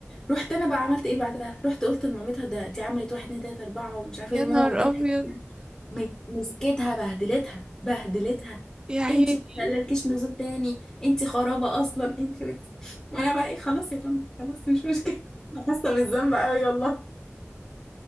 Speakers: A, on the left (about 20°); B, on the right (about 20°).
A: رحت انا بقى عملت ايه بعدها رحت قلت لمامتها ده دي عملت واحد اتنين تلاته اربعه ومش عارفه
B: يا
A: ايه وماما
B: نهار
A: متضايقه
B: أبيض
A: جدا. مس- مسكتها بهدلتها بهدلتها
B: يا عيني
A: انتي مش هلالكيش نزول تاني انتي خرابه اصلا انتي وانتي وانا بقى ايه خلاص يا طنط خلاص مش مشكله أنا حاسه بالذنب قوي والله